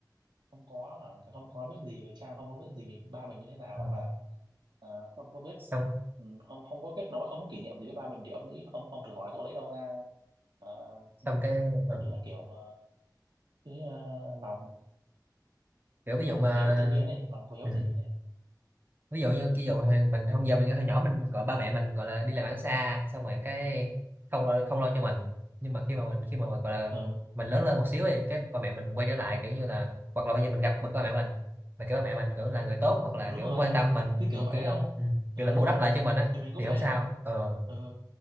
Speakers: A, on the right (about 80°); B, on the right (about 25°).
A: không có hả? không có biết gì về cha không có biết gì về ba mình như thế nào
B: Ờ,
A: hoặc là ờ, không có biết
B: xong
A: ừ, không không có kết nối không có kỷ niệm gì với ba mình thì ông nghĩ ông ông thử hỏi tôi lấy đâu ra uh,
B: xong cái ờ,
A: giống như là kiểu mà cái ờ, lòng
B: kiểu ví dụ
A: lòng
B: mà
A: hiếu tự nhiên này lòng của hiếu
B: ừ,
A: tự nhiên này
B: ví dụ như ví dụ hồi mình không giờ mình hồi nhỏ mình gọi ba mẹ mình gọi là đi làm ăn xa xong rồi cái không lo không lo cho mình nhưng mà khi mà mình khi mà gọi là
A: ừ
B: mình lớn lên một xíu thì cái ba mẹ mình quay trở lại kiểu như là hoặc là bây giờ mình gặp bậc ba mẹ mình mà cái ba mẹ mình kiểu là người tốt hoặc là
A: đúng
B: kiểu
A: rồi
B: quan
A: ấy.
B: tâm mình
A: cái
B: kiểu,
A: kiểu vậy
B: kiểu,
A: đấy
B: như là-
A: không
B: ừ,
A: ừ
B: kiểu là bù
A: đúng rồi
B: đắp lại cho mình á
A: thì mình cũng
B: thì không
A: thấy
B: sao ờ
A: ừ